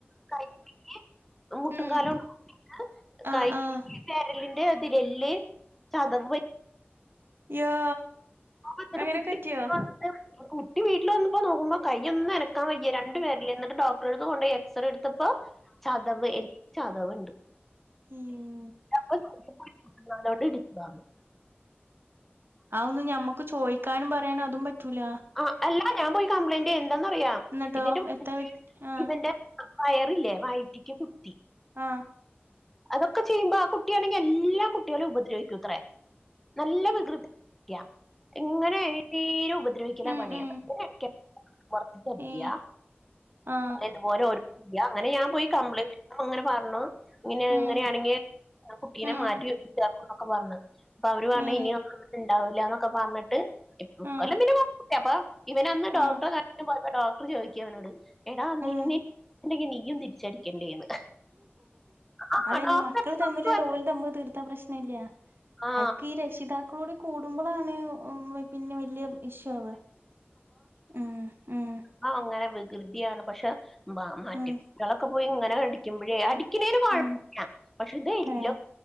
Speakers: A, in the centre; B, on the right (about 60°).
A: കൈ പിടിച്ച് മുട്ടുങ്കാല്
B: ഉം
A: കൊണ്ട് കു <unintelligible>
B: ആഹ്
A: കൈ <unintelligible>
B: ആഹ്
A: വെരളിന്റെ അതിലല്ല് ചതവ് പറ്റി
B: യ്യോ
A: എന്നിട്ട്
B: അങ്ങനൊക്കെ
A: കുട്ടി
B: പറ്റിയോ?
A: വീട്ടിൽ വന്നിട്ട് കുട്ടി വീട്ടില് വന്നപ്പോ നോക്കുമ്പോ കയ്യൊന്നും അനക്കാൻ വയ്യ രണ്ട് വേരൽ എന്നിട്ട് ഡോക്ടർടുത്ത് കൊണ്ട് പോയി എക്സറെ റേ എടുത്തപ്പോ ചതവ് എല്ല് ചതവ്ണ്ട്.
B: ഉം
A: <unintelligible> മുട്ടുക്കാലോണ്ട് ഇടിച്ചതാന്ന്
B: ഒന്ന് ഞമ്മുക്ക് ചോയ്ക്കാനും പറയാനു അതും പറ്റൂല.
A: ആഹ് അല്ല ഞാൻ പോയി കംപ്ലൈയിന്റ് എന്തന്നറിയാം
B: എന്നിട്ടോ
A: ഇതിന്റെ മുന്നേ
B: എത്താ പ ആ
A: ഇവന്റെ വയറില്ലേ വയറ്റിക്ക് കുത്തി.
B: ആഹ്
A: അതൊക്കെ ചെയ്യുമ്പോ ആ കുട്ടിയാണെങ്കി എല്ലാ കുട്ടികളേം ഉപദ്രവിക്കൂത്രേ നല്ല വികൃതി ട്ടിയാ ഇങ്ങനെ തീരെ ഉപദ്രവിക്കല
B: ഉം
A: പണി
B: ഉം
A: <unintelligible> വർത്തിക്കരിക്ക
B: ഏ ആ
A: ഇതുപോലെ ഓരോ ഇല്ല അങ്ങനെ ഞാൻ പോയി കംപ്ലീണ്ട് കൊടുക്കുമ്പോ അങ്ങനെ പറഞ്ഞു ഇങ്ങനെ
B: ഉം
A: ഇങ്ങനെയാണെങ്കിൽ ഞാ കുട്ടീനെ
B: ഉം
A: മാറ്റി ഇര്ത്താക്കും എന്നൊക്കെ പറഞ്ഞ് അപ്പ അവര് പണ്
B: ഏ
A: ഇനി ഒന്നും ഇണ്ട ണ്ടാവില്ലാന്നൊക്കെ പറഞ്ഞിട്ട് ഇക്കൊല്ലം
B: ആ
A: പിന്നെ കൊഴപ്പില്ല അപ്പൊ ഇവനെ അന്ന് ഡോക്ടറെ
B: ആ
A: കാ പോയപ്പോ ഡോക്ടർ ചോദിക്ക അവനോട് എടാ നീ
B: ഉം
A: നീയും <unintelligible> തിരിച്ചടിക്കണ്ടേന്ന്. ആ
B: അതന്നെ
A: ഡോക്ടർ
B: മക്കള് തമ്മിലുള്ള ഓല് തമ്മി തീർത്താ പ്രശ്നം ഇല്ല
A: ആ
B: ഐക്ക് ഈ രക്ഷിതാക്കളോട് കൂടുമ്പോളാണ് ഉ പിന്നെ വല്ല്യ ഇഷ്യു ആവ ഉം ഉം
A: ആ അങ്ങനെ വികൃതിയാണ് പക്ഷെ മാറ്റളൊക്കെ
B: ഉം
A: പോയി ഇങ്ങനെ അടിക്കുമ്പോഴേ അടി ക്ക്‌ണേന് കൊഴപ്പല്ല
B: ഉം
A: പക്ഷെ ഇത് എല്ല്
B: ഏ